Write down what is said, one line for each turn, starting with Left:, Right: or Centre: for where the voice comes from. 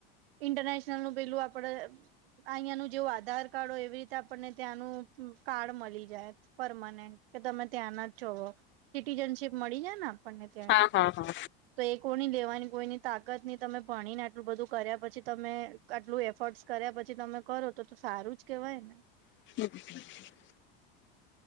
Right: ઇન્ટરનેશનલ નું પેલું આપડે અહંયાનું જેવું આધાર કાર્ડ હોય એવી રીતે આપણને. ત્યાંનું કાર્ડ મળી જાય પરમાનન્ટ કે તમે ત્યાં ના જ છો. સિટીઝનશીપ મળી જાય ને આપણને ત્યાંની.
Left: હા હા હા
Right: તો એ કોની લેવાની કોઈની તાકત નહી તમે ભણીને આટલું બધું કર્યા પછી તમે. આટલું એફર્ટ્સ કર્યા પછી તમે કરો તો તો સારું જ કહેવાય ને.
Left: હમ્મ